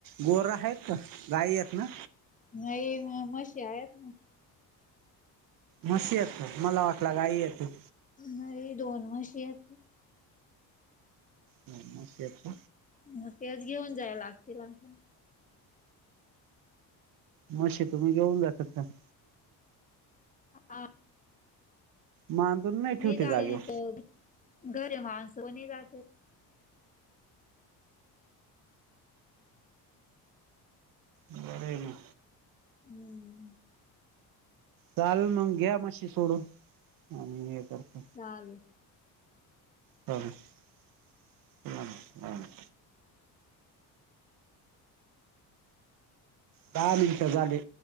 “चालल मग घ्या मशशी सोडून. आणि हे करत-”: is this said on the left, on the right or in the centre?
Right